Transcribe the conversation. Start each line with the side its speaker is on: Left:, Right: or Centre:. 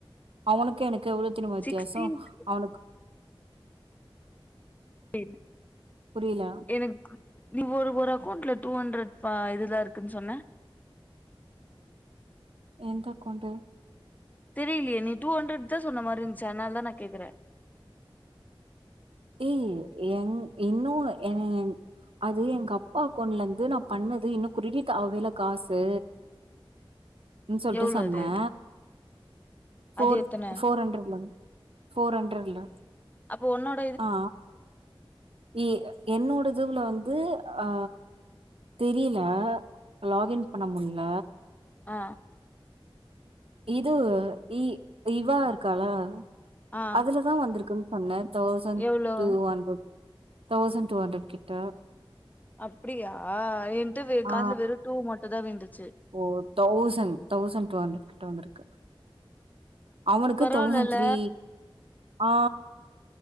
Right: அவுனுக்கு எனக்கு எவ்ளோ வெக்கனு வித்தியாசொ
Left: சிக்ஸ்டீன்த்
Right: அவனுக்கு
Left: <unintelligible>
Right: புரியல
Left: எனக்கு நீ ஒரு ஒரு அக்கௌண்ட்ல டூ ஹண்ட்ரட் பா இதுதா இருக்குன் சொன்ன
Right: எந்த அக்கெளண்ட்டு
Left: தெரியலயே நீ டூ ஹண்ட்ரட் தா சொன்ன மாரி இருந்ச்சி அதனால தா நா கேக்குறே
Right: ஏய் என் இன்னோன் என் அது எங்க அப்பா அக்கெளவுண்ட்ல இருந்து நா பண்ணது இன்னு குறிகிட்டு ஆவ்லல காசு ன் சொல்ட்டு
Left: எவ்ளோ
Right: சொன்னே
Left: அது
Right: ஃபோர்
Left: அது எத்தன
Right: ஃபோர் ஹண்ட்ரட்ல ஃபோர் ஹண்ட்ரட்ல
Left: அப்ப ஒன்னோட்
Right: ஆ எ என்னோட இதுவுல வந்து ஆ தெரியில லாக்இன் பண்ண முட்ல
Left: ஆ
Right: இதுவு ஏ இவா இருக்காளா
Left: ஆ
Right: அதலதா வந்திருக்குன் சொன்னே தௌசண்ட்
Left: எவ்ளோ
Right: two hundred thousand two hundred கிட்ட
Left: அப்டியா எ கிட்ட
Right: ஆ
Left: காதுல வெறும் டூ மட்டும் தான் விழ்ந்துச்சி
Right: ஓ தௌசண்ட் தௌசண்ட் டூ ஹண்ட்ரட் கிட்ட வந்திருக்கு அவனுக்கு
Left: பரவால்லல
Right: தௌசண்ட் த்ரீ ஆ